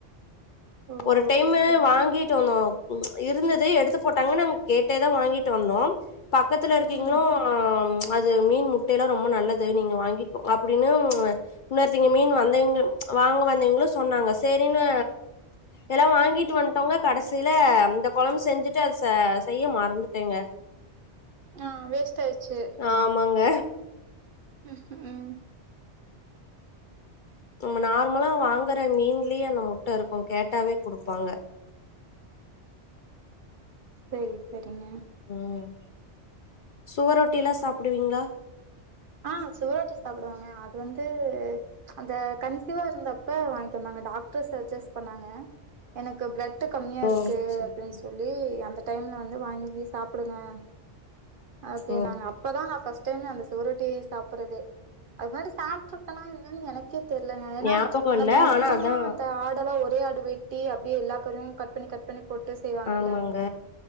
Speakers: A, on the right (about 55°); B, on the left (about 55°).
A: ஓ!
B: ஒரு டைமு
A: சரி.
B: வாங்கிட்டு வந்தோ ம்ச் இருந்தது எடுத்து போட்டாங்க நாங்க கேட்டேதா வாங்கிட்டு வந்தோ பக்கத்துல இருக்கீங்ளோ
A: ம்.
B: ம் அது மீன் முட்டைலா ரொம்ப நல்லது நீங்க வாங்கிகோ அப்டின்னு உன்னொருத்தீங்க மீன் வந்தவங்க வாங்க வந்தவங்களும் சொன்னாங்க சேரின்னு எல்லா வாங்கிட்டு வண்டோங்க கடைசில இந்த கொழம்பு செஞ்சிட்டு அத செ செய்ய மறந்துட்டேங்க
A: ஆ வேஸ்ட் ஆயிச்சி
B: ஆமாங்க
A: ம்
B: நம்ம நார்மலா வாங்குற மீன்லயே அந்த முட்ட இருக்கு கேட்டாவே குடுப்பாங்க
A: சேரி சேரிங்க
B: ம் சுவரொட்டில்லா சாப்டுவீங்ளா
A: ஆ செவுரொட்டி சாப்புடுவேங்க அது வந்து அந்த கன்சிவா இருந்தப்ப வாங்கிட்டு வந்தாங்க டாக்டர்ஸ் சஐஸ் பண்ணாங்க எனக்கு பிளட்டு கம்மியா
B: ஓ
A: இருக்கு
B: சரி
A: அப்டின்
B: சரி.
A: சொல் வே அந்த டைம்ல வந்து வாங்கி சாப்புடுவே ஓகே
B: ஓ
A: நாங்க இப்பதா நா பஸ்ட் டைமே அந்த செவ்ரொட்டியே சாப்பறதே அது மாரி சாப்ட்ருக்கனா என்னான் எனக்கே தெரியலங்க ஏனா
B: ஞாபகோ
A: அந்த
B: இல்ல
A: மொத்தமா
B: ஆனா அதா
A: அந்த ஆடெல்லா ஒரே ஆடு வெ ட்டி அப்டே எல்லா கறையும் கட் பண்ணி கட் பண்ணி போட்டு செய்வாங்கல்ல
B: ஆமாங்க